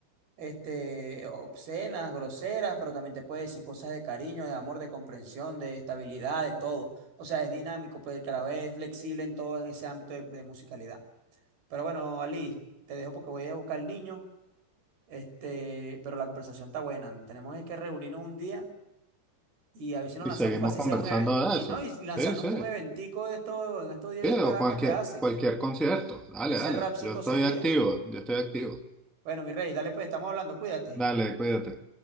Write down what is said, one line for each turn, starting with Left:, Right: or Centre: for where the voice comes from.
Right: este, obscenas, groseras, pero también te puede decir cosas de cariño, de amor, de comprensión, de estabilidad, de todo. O sea, es dinámico, pero el carajo es flexible en todo ese ámbito de, de musicalidad. Pero bueno, Ali, te dejo porque voy a buscar al niño. Este, pero la conversación está buena. ¿no? Tenemos es que reunirnos un día y a ver si nos
Centre: Y
Right: lanzamos
Centre: seguimos
Right: para así
Centre: conversando
Right: sea un evento. Y
Centre: de eso.
Right: no, y lanzarnos
Centre: Sí, sí.
Right: para un eventico de esto en estos días
Centre: Sí,
Right: ahí en Caracas
Centre: o cualquier,
Right: que hacen.
Centre: cualquier concierto. Dale,
Right: De ese
Centre: dale.
Right: rap 5
Centre: Yo estoy
Right: sería.
Centre: activo, yo estoy activo.
Right: Bueno, mi rey, dale pues, estamos hablando, cuídate.
Centre: Dale, cuídate.